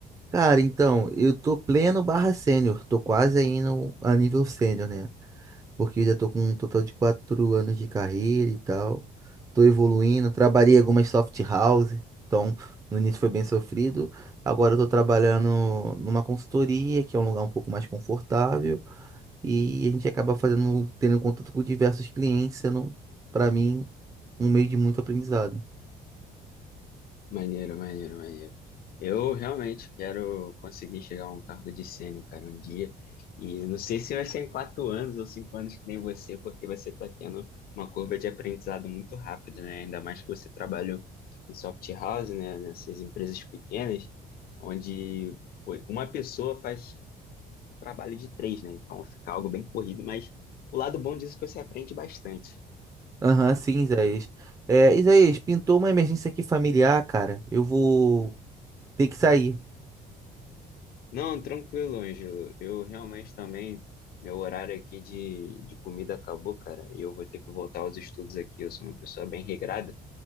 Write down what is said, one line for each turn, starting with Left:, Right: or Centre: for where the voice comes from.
Right: Cara, então, eu tô pleno barra sênior, tô quase aí no, a nível sênior, né? porque eu já tô com um total de quatro anos de carreira e tal. Tô evoluindo, trabalhei algumas soft house, então no início foi bem sofrido. Agora eu tô trabalhando numa consultoria, que é um lugar um pouco mais confortável, e a gente acaba fazendo, tendo contato com diversos clientes, sendo, para mim, um meio de muito aprendizado.
Left: Maneiro, maneiro, maneiro. Eu realmente quero conseguir chegar a um cargo de sênior, cara, um dia. E não sei se vai ser em quatro anos ou cinco anos que nem você, porque você está tendo uma curva de aprendizado muito rápida, né? Ainda mais que você trabalhou em soft house, né? Nessas empresas pequenas, onde foi uma pessoa faz trabalho de três, né? Então fica algo bem corrido, mas o lado bom disso é que você aprende bastante.
Right: Aham, sim, Isaías. É, Isaías, pintou uma emergência aqui familiar, cara. Eu vou ter que sair.
Left: Não, tranquilo, Ângelo. Eu realmente também, meu horário aqui de, de comida acabou, cara, e eu vou ter que voltar aos estudos aqui. Eu sou uma pessoa bem regrada,